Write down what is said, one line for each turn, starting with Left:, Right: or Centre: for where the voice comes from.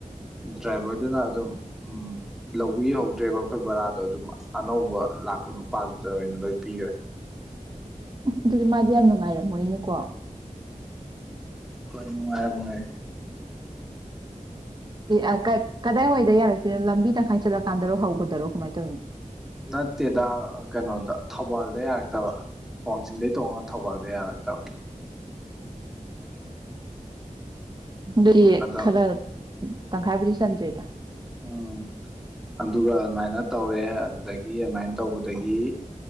Centre: ꯗ꯭ꯔꯥꯏꯚꯔꯗꯨꯅ ꯑꯗꯨꯝ ꯎꯝ ꯂꯧꯕꯤꯍꯧꯗ꯭ꯔꯦꯀꯣ ꯑꯩꯈꯣꯏ ꯕꯣꯔꯥꯗꯣ ꯑꯗꯨꯝ ꯑꯅꯧꯕ ꯂꯥꯛꯄ ꯅꯨꯄꯥꯗꯨꯗ ꯑꯣꯏꯅ ꯂꯣꯏ ꯄꯤꯈꯔꯦ
Right: ꯑꯗꯨꯗꯤ ꯃꯥꯗꯤ ꯌꯥꯝ ꯅꯨꯡꯉꯥꯏꯔꯝꯃꯣꯏꯅꯦꯀꯣ
Centre: ꯍꯣꯏꯅꯨꯡꯉꯥꯏ ꯃꯣꯏ
Right: ꯑꯗꯒꯤ ꯀꯗꯥꯏ ꯑꯣꯏꯗ ꯌꯥꯔꯛꯇꯦ ꯂꯝꯕꯤ ꯇꯪꯈꯥꯏ ꯆꯠꯂꯀꯥꯟꯗꯔꯣ ꯍꯧꯕꯗꯔꯣ ꯀꯃꯥꯏꯅ ꯇꯧꯔꯤꯅꯣ
Centre: ꯅꯠꯇꯦꯗ ꯀꯩꯅꯣꯗ ꯊꯧꯕꯥꯜꯗ ꯌꯥꯔꯛꯇꯕ ꯋꯥꯡꯖꯤꯡꯗꯩ ꯇꯣꯡꯉꯒ ꯊꯧꯕꯥꯜꯗ ꯌꯥꯔꯛꯇꯕ
Right: ꯑꯥ
Centre: ꯑꯗꯣ
Right: ꯈꯔ ꯇꯪꯈꯥꯏꯕꯨꯗꯤ ꯆꯟꯗ꯭ꯔꯤꯗ
Centre: ꯎꯝ ꯑꯗꯨꯒ ꯑꯗꯨꯃꯥꯏꯅ ꯇꯧꯔꯦ ꯑꯗꯨꯗꯒꯤ ꯑꯗꯨꯃꯥꯏꯅ ꯇꯧꯕꯗꯒꯤ